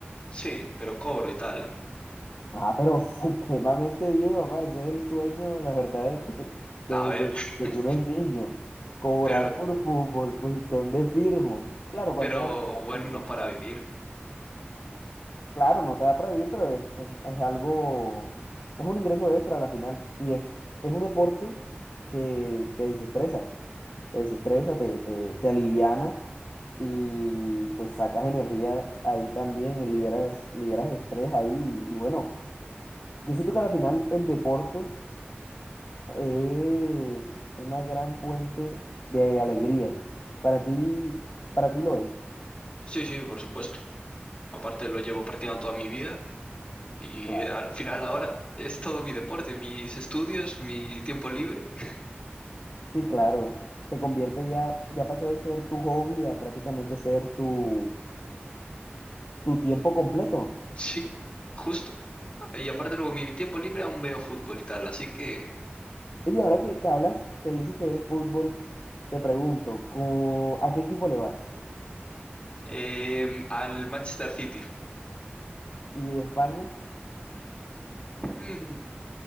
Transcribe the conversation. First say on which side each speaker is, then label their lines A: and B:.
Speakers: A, on the left (about 30°); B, on the left (about 60°).
A: sí, pero cobro y tal.
B: Ah, pero <laughs> supremamente bien, papá. Ese es el sueño de la verdad de, to- de,
A: A ver,
B: de- de
A: <laughs>
B: que uno es niño. Cobrar
A: pero,
B: por fútbol, pues, ¿dónde firmo? Claro, cuando
A: pero
B: era niño, ahora
A: bueno,
B: mismo
A: no
B: no
A: para
B: tanto.
A: vivir.
B: Claro, no te da para vivir, pero es, es, es algo, es un ingreso extra a la final. Y es, es un deporte que te desestresa, te desestresa, te, te, te aliviana y pues sacas energía ahí también y liberas, liberas estrés ahí. Y bueno, yo siento que a la final el deporte es una gran fuente de alegría. Para ti, para ti lo es.
A: Sí, sí, por supuesto. Aparte lo llevo practicando toda mi vida y
B: Claro.
A: al final ahora es todo mi deporte, mis estudios, mi tiempo libre. <laughs>
B: Sí, claro. Se convierte ya, ya pasó de ser tu hobby a prácticamente ser tu, tu tiempo completo.
A: Sí, justo. Y aparte luego mi tiempo libre aún veo fútbol y tal, así que...
B: Oye, ahora que, que hablas, que dices que ves fútbol, te pregunto, co- ¿a qué equipo le vas?
A: Em, al Manchester City.
B: ¿Y de España?
A: Mm, de